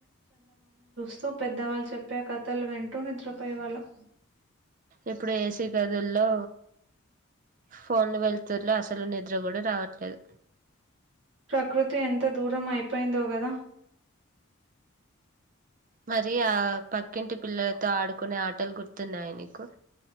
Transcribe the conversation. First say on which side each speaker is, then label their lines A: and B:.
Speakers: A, on the right; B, on the right.
A: సో పెద్దవాళ్ళు చెప్పే కథలు వింటూ నిద్రపోయేవాళ్ళం
B: ఇప్పుడు ఏసీ గదుల్లో ఫోన్లు వెల్తురు లో అసలు ని నిద్ర కూడా రావట్లేదు
A: ప్రకృతి ఎంత దూరం అయిపో పోయిందో కదా
B: మరి ఆ పక్కింటి పిల్లలతో ఆడుకునే ఆటలు గుర్తున్నాయ నీకు